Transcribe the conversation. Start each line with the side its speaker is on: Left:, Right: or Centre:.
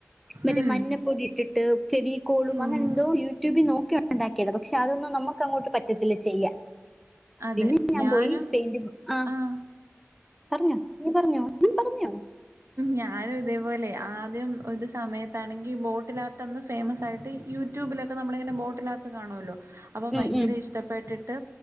Right: ഉം
Centre: മറ്റേ മഞ്ഞപ്പൊടി ഇട്ടിട്ട് ഫെവികോളും
Right: ഓഹ്
Centre: അങ്ങനെ എന്തോ യൂട്യൂബിൽ നോക്കിയാ ഉണ്ടാക്കിയത് പക്ഷെ അതോ - എന്നാ നമ്മക്ക് അങ്ങോട്ട് പറ്റത്തില്ല ചെയ്യാൻ- പിന്നെ
Right: അതെ
Centre: ഞാൻ
Right: ഞാനും
Centre: പോയി പെയിന്റ് ആ
Right: ആഹ്
Centre: പറഞ്ഞോ പറഞ്ഞോ പറഞ്ഞോ
Right: ഞാനും ഇതേപോലെ ആദ്യം ഒരു- സമയത്താണെങ്കിൽ ബോട്ടിലാർട്ട് ഒന്ന് ഫേമസ് ആയിട്ട് യൂട്യൂബിലൊക്കെ നമ്മളിങ്ങനെ ബോട്ടിലാർട്ട് കാണുമല്ലോ അപ്പൊ
Centre: ഉം
Right: ഭയങ്കര
Centre: ഉം
Right: ഇഷ്ടപ്പെട്ടിട്ട്